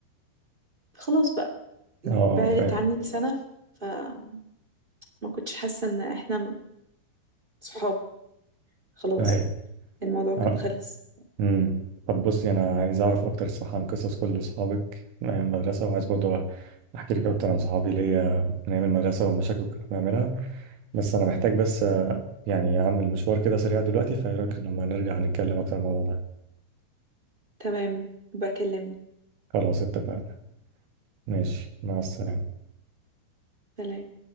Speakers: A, on the right; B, on the right.
A: خلاص بقى بعدت
B: اه اه فاهم
A: عني سنة فما كنتش حاسة ان احنا صحاب خلاص
B: أيوة
A: الموضوع كان
B: آه.
A: خلص
B: امم طب بصي انا عايز اعرف اكتر الصراحه عن قصص كل اصحابك من ايام المدرسه وعايز برضه احكي لك اكتر عن صحابي ليا من ايام المدرسه والمشاكل اللي كنا بنعملها بس انا محتاج بس آه، يعني اعمل مشوار كده سريع دلوقتي فايه رايك لما نرجع نتكلم اكتر عن الموضوع ده
A: تمام بكلمني
B: خلاص اتفقنا ماشي مع السلامه
A: سلام